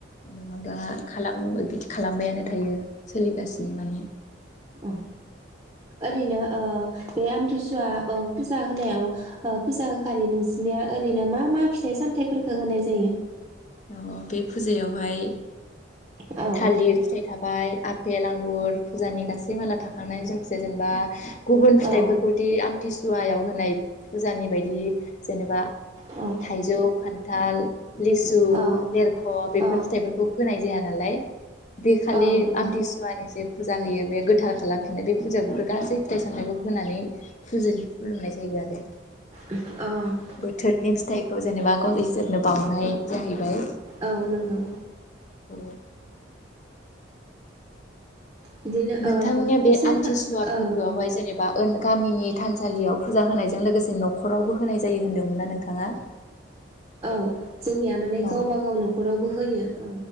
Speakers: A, on the left (about 35°); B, on the right (about 20°).
A: नङाबा खालाम बिदि खालामबायानो थायो सोलिगासिनो माने
B: उम ओरैनो ओ बे आमथिसुवा औ फुजा होनायाव ओ फुजा खालि नोंसिरनिया ओरैनो मा मा फिथाइ सामथायाइफोरखौ होनाय जायो।
A: ओ औ बे फुजायावहाय
B: औ
A: थालिर फिथाइ था बाय आपेल आंगुर फुजानि गासै माला थाखांनाय जोंसे जेनेबा गुबुन फिथाइफोरखौ
B: औ
A: बिदि आमथिसुवायाव होनाय फुजानि बायदि जेनेबा
B: औ
A: थाइजौ, खान्थाल, लि सु,
B: औ
A: लेरख' बेफोर
B: औ
A: फिथाइफोरखौ होनाय जाया नालाय। बे खालि
B: औ नंगौ
A: आमथिसुआनि जे फुजा होयो बे गोथार खालामफिननो बे फुजा बेफोर गासै फिथाइ-सामथायखौ होनानै। फुजि खुलुमनाय जायो आरो
B: ओ
A: बोथोरनि फिथाइखौ जेनेबा <unintelligible> बाउनाय जाहैबाय।
B: औ नंगौ।
A: अ
B: बिदिनो
A: नोंथांमोननिया
B: ओ
A: बे
B: सानखा
A: आमथिसुवा फोरबोआवहाय
B: औ
A: जेने बा ओ गामिनि थानसालियाव फुजा होनायजों लोगोसे न'खरावबो होनाय जायो होन्दोंमोना नोंथाङा। <unintelligible>
B: औ जोंनिया माने
A: अ
B: गावब गाव न'खरावबो होयो औ